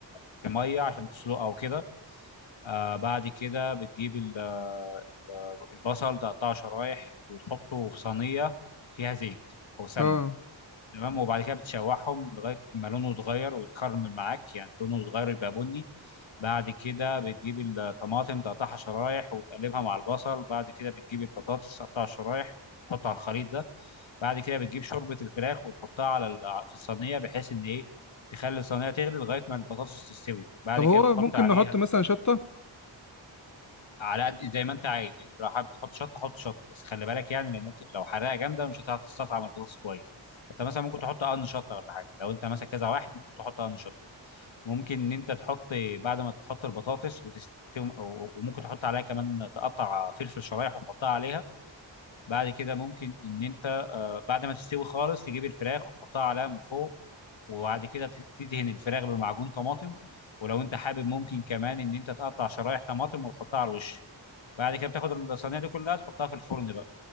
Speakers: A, on the left; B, on the left.
A: في ميه عشان تسلقها وكده آه بعد كده بتجيب ال- آه، البصل تقطعه شرايح وتحطه في صينيه فيها زيت او سمنه
B: اه
A: تمام وبعد كده بتشوحهم لغايه ما لونه يتغير ويتكرمل معاك يعني لونه يتغير يبقى بني بعد كده بتجيب الطماطم تقطعها شرايح وتقلبها مع البصل بعد كده بتجيب البطاطس تقطعها شرايح تحطها على الخليط ده بعد كده بتجيب شوربه الفراخ وتحطها على ال- في الصينيه بحيث ان ايه تخلي الصينيه تغلي لغايه ما البطاطس تستوي بعد
B: طب هو
A: كده بتحط
B: ممكن
A: عليها
B: نحط مثلا شطة
A: على قد زي ما انت عايز يعني انت لو حابب تحط شطه حط شطه بس خلي بالك يعني لان انت لو حراقه جامده مش هتعرف تستطعم البطاطس كويس انت مثلا ممكن تحط قرن شطه ولا حاجه لو انت مثلا كذا واحد ممكن تحط قرن شطه ممكن ان انت تحط بعد ما تحط البطاطس وتستوي وممكن تحط عليها كمان تقطع فلفل شرايح وتحطها عليها بعد كده ممكن ان انت آه، بعد ما تستوي خالص تجيب الفراخ وتحطها عليها من فوق وبعد كده ت- تدهن الفراخ بمعجون طماطم ولو انت حابب ممكن كمان ان انت تقطع شرايح طماطم وتحطها على الوش بعد كده بتاخد الصينيه دي كلها تحطها في الفرن بقى